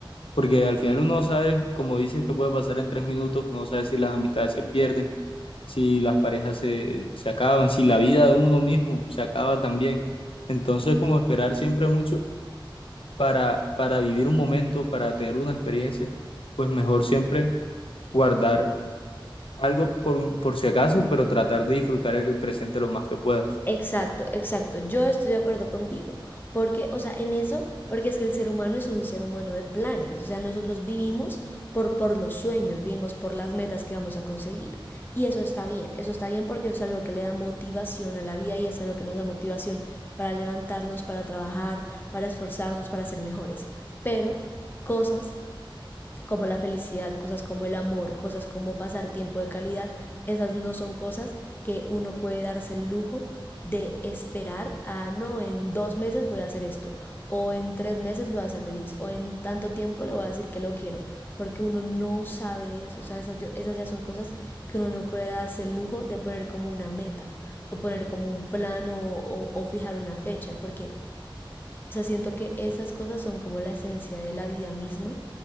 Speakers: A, on the left; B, on the left.
A: porque al final uno no sabe, como dices, que puede pasar en tres minutos, uno no sabe si las amistades se pierden, si las parejas se, se acaban, si la vida de uno mismo se acaba también. Entonces, como esperar siempre mucho para, para vivir un momento, para tener una experiencia, pues mejor siempre guardar algo por, por si acaso, pero tratar de disfrutar el presente lo más que puedas.
B: Exacto, exacto. Yo estoy de acuerdo contigo. Porque, o sea, en eso, porque es que el ser humano es un ser humano de planes. O sea, nosotros vivimos por, por los sueños, vivimos por las metas que vamos a conseguir. Y eso está bien, eso está bien porque es algo que le da motivación a la vida y es algo que nos da motivación para levantarnos, para trabajar, para esforzarnos, para ser mejores. Pero cosas como la felicidad, cosas como el amor, cosas como pasar tiempo de calidad, esas no son cosas que uno puede darse el lujo de esperar a no, en dos meses voy a hacer esto, o en tres meses voy a ser feliz, o en tanto tiempo le voy a decir que lo quiero, porque uno no sabe eso, o sea, esas, esas ya son cosas que uno no puede darse el lujo de poner como una meta, o poner como un plan o, o, o fijar una fecha, porque o sea, siento que esas cosas son como la esencia de la vida misma